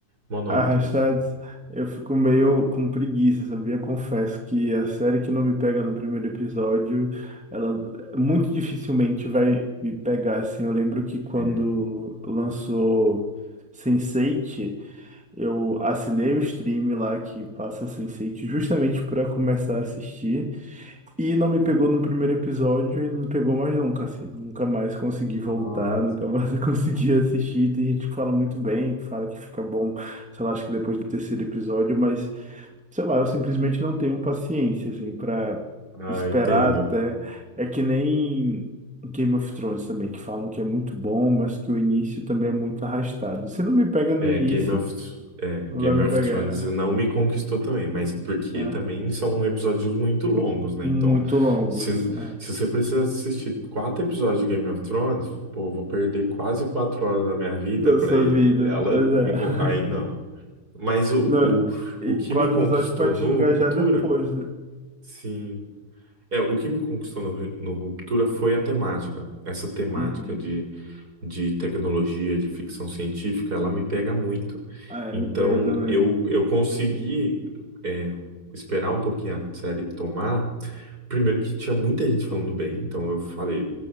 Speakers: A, on the right; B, in the centre.
A: monótonos.
B: Arrastados, eu fico meio com preguiça, sabia? Confesso que a série que não me pega no primeiro episódio, ela muito dificilmente vai me pegar, assim. Eu lembro que quando
A: É.
B: lançou Sense8, eu assinei o stream lá que passa Sense8 justamente para começar a assistir. E não me pegou no primeiro episódio e não pegou mais nunca, assim. Nunca mais consegui voltar,
A: Nossa,
B: nunca mais <laughs> consegui assistir. Tem gente que fala muito bem, que fala que fica bom, sei lá, acho que depois do terceiro episódio, mas, sei lá, eu simplesmente não tenho paciência, assim, pra
A: ah,
B: esperar
A: entendo.
B: até. É que nem Game of Thrones também, que falam que é muito bom, mas que o início também é muito arrastado. Se não me pega no
A: É,
B: início,
A: Game of, é,
B: vai
A: Game
B: me
A: of
B: pegar,
A: Thrones não me conquistou também, mas porque
B: ah,
A: também são episódios muito longos, né?
B: muito
A: Então,
B: longos,
A: se,
B: ah,
A: se você precisa assistir quatro episódios de Game of Thrones, pô, eu vou perder quase quatro horas da minha vida
B: da
A: pra
B: sua
A: ele.
B: vida.
A: Ela
B: Pois
A: me,
B: é. <laughs>
A: con- aí não. Mas o,
B: Não,
A: o,
B: e
A: o que
B: quadro
A: me conquistou
B: episódio pra te
A: no
B: engajar
A: Ruptura,
B: depois, né?
A: sim. É, o que me conquistou no, Re- no Ruptura foi a temática. Essa temática
B: Uhum.
A: de de tecnologia, de ficção científica, ela me pega muito.
B: Ah, É,
A: Então,
B: me pega também.
A: eu, eu consegui é, esperar um pouquinho a série tomar. Primeiro que tinha muita gente falando bem, então eu falei,